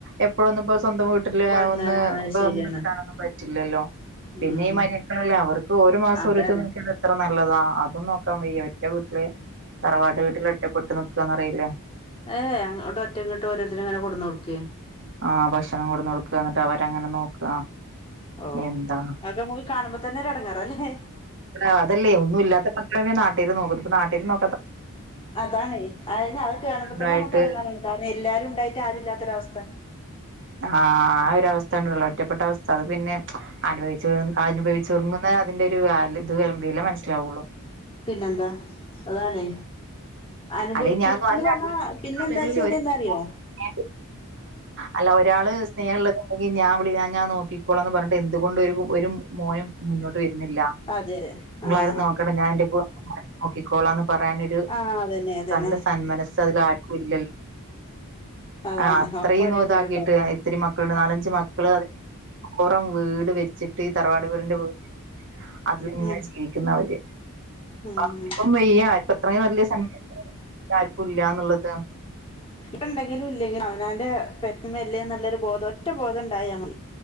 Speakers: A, on the right; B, on the left.
A: എപ്പോഴൊന്നും ഇപ്പോ സ്വന്തം വീ ട്ടില്
B: വന്ന
A: ഒന്ന് <unintelligible>
B: അത്
A: വന്ന്
B: ശരിയാണ്
A: നിക്കാനൊന്നും പറ്റില്ലല്ലോ പിന്നെ
B: ഉം
A: ഈ മരു മക്കളല്ലേ അവർക്ക് ഒരോ മാസം
B: അതാണ്
A: ഒരോര്ത്തര് നോക്കി നട ത്ര നല്ലതാ അതും നോക്കാൻ വയ്യ ഒറ്റ വീട്ടില് തറവാട്ട് വീട്ടില് ഒറ്റപ്പെട്ട് നിക്കാന്ന് പറയില്ലേ
B: ഏഹ് അങ്ങോട്ട് ഒറ്റ ഇങ്ങോട്ട് ഓരോരുത്തര് ഇങ്ങനെ കൊടുന്ന് കൊടുക്കേ
A: ആഹ് ഭക്ഷണം കൊടുന്ന് കൊടുക്കുക എന്നിട്ട് അവരങ്ങനെ നോക്കുക
B: ഓഹ്
A: എന്താ
B: അതൊക്കെ നമുക്ക് കാണുമ്പ തന്നെ ഒരു എടങ്ങേറ അല്ലേ
A: ഏഹ് അതല്ലേ ഒന്നും ഇല്ലാത്ത <unintelligible> നാട്ടാര് നോക്കും ഇതിപ്പോ നാട്ടാര് നോ
B: അതണെ അതന്ന അത് കേണുമ്പോ
A: വീട്ടിലുണ്ടായിട്ട്
B: തന്നെ നമുക്ക് എടങ്ങേറാണ് <unintelligible> എല്ലാരും ഉണ്ടായിട്ട് ആരില്ലാത്തൊരവസ്ഥ
A: ആഹ് ആ ഒരു അവസ്ഥ ഉണ്ടല്ലോ ഒറ്റപ്പെട്ട അവസ്ഥ അത് പിന്നെ അനുഭവിച്ച അനുഭവിച്ചുറങ്ങുന്നെ അതിന്റെ ഒരു <unintelligible> ഇത് വില മനസ്സിലാവുള്ളു
B: പിന്നെന്താ അതാണെ അനുഭവിച്ചോർക്ക്ന്ന്
A: അല്ലെ ഞാൻ അല്ല
B: പറഞ്ഞാ പിന്നെ
A: ആളുകളിൽ
B: എന്താ വെച്ചാല് എന്താറിയോ
A: <unintelligible> അല്ല ഒരാള് സ്നേഹള്ളങ്കിൽ ഞാൻ വിളി ഞാ ഞാൻ നോക്കിക്കോളാം എന്ന് പറഞ്ഞിട്ട് എന്തുകൊണ്ട് ഒരു ഒരു മോനും മുന്നോട്ട് വരുന്നില്ല
B: അതെ അതെ
A: നിങ്ങളാരും
B: ആഹ്
A: നോക് <unintelligible> ഞാൻ എന്റെ കൂടെ നോക്കിക്കോളാംന്ന് പറയാനൊരു
B: ആഹ് അതന്നെ അതന്നെ
A: നല്ല സന്മനസ്സ് അതിൽ ആർ ക്കുംല്ലല്ല്
B: അതാണ്
A: ആഹ് അത്രയൊന്നും
B: ഒക്കെ ഒരേ
A: ഇതാക്
B: പോലെയുള്ളവരാണ്
A: ക്കിയിട്ട് ഇത്തിരി മക്കളുണ്ട് നാലഞ്ച് മക്കള് അത് അപ്പറം വീട് വെച്ചിട്ട് ഈ തറവാട് വീടിന്റെ വ് അതിലിങ്ങനെ
B: ഉം
A: ജീവിക്കുന്നവര്
B: ഉം
A: <unintelligible> ഈ ആശുപത് അത്രയും വല്യ സന്മനസ്സ് ആർക്കും ഇല്ല എന്നുള്ളത്
B: <unintelligible> ഇണ്ടങ്കിലും ഇല്ലെങ്കിലും അവനവന്റെ പെറ്റമല്ലേ എന്നുള്ളൊരു ബോധം ഒറ്റ ബോധം ഉണ്ടായ മതി